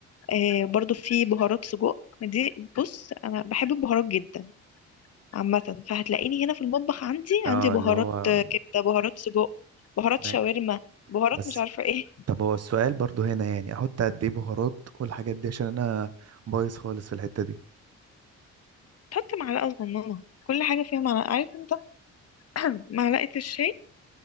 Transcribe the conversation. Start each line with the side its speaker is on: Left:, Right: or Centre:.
Left: آه برضو في بهارات سجق دي بص انا بحب البهارات جدا عامه فهتلاقيني هنا في المطبخ عندي
Right: اه
Left: عندي بهارات
Right: اللي هو
Left: آه، كبده بهارات سجق بهارات
Right: ما-
Left: شاورما بهارات
Right: بس
Left: مش عارفه ايه
Right: طب هو السؤال برضو هنا يعني احط قد ايه بهارات والحاجات دي عشان انا بايظ خالص في الحتة دي
Left: تحط معلقه صغننه كل حاجه فيها معلقه عارف انت <clears throat> معلقه الشاي